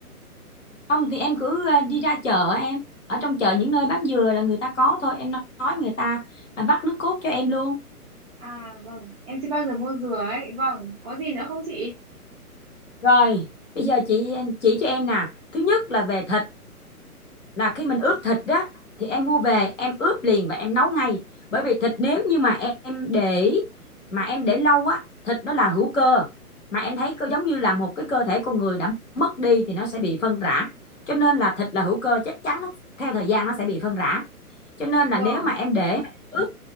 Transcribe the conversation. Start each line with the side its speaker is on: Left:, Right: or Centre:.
Left: không thì em cứ ờ, đi ra chợ em ở trong chợ những nơi bán dừa là người ta có thôi em nói người ta à, vắt nước cốt cho em luôn
Centre: à vâng em chưa bao giờ mua dừa ấy vâng có gì nữa không chị
Left: rồi bây giờ chị chỉ cho em nè thứ nhất là về thịt là khi mình ướp thịt đó thì em mua về em ướp liền và em nấu ngay bởi vì thịt nếu như mà em để mà em để lâu á thịt nó là hữu cơ mà em thấy cơ giống như là một cái cơ thể con người đã mất đi thì nó sẽ bị phân rã cho nên là thịt là hữu cơ chắc chắn nó theo thời gian nó sẽ bị phân rã cho nên
Centre: vâng
Left: là nếu mà em để ướp